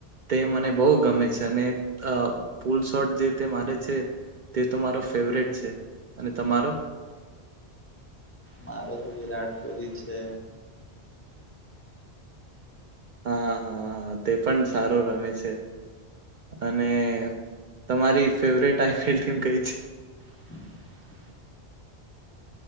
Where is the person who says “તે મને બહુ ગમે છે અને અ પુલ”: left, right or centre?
Right